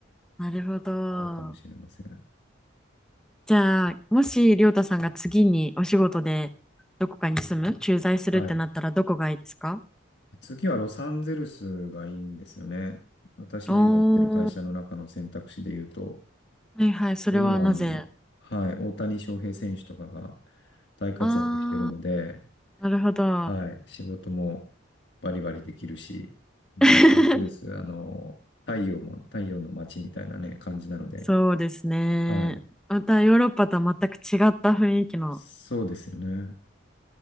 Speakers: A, in the centre; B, on the left.
A: なるほど。
B: そうかもしれません。
A: じゃあ、もし、りょうたさんが次にお仕事でどこかに住む、駐在するってなったらどこがいいですか
B: はい。次はロサンゼルスがいいんですよね。私の今行ってる会社の中の選択肢で言うと、
A: おー。はいはい、それはなぜ
B: で今、あの、はい、大谷翔平選手とかが大活躍してるので、
A: あー、<laughs> なるほど。
B: はい、仕事もバリバリできるし、で、
A: <laughs>
B: ロサンゼルス、あの、太陽も、太陽の街みたいなね、感じなので、
A: そうですね。
B: はい、
A: またヨーロッパとは全く違った雰囲気の
B: そうですよね。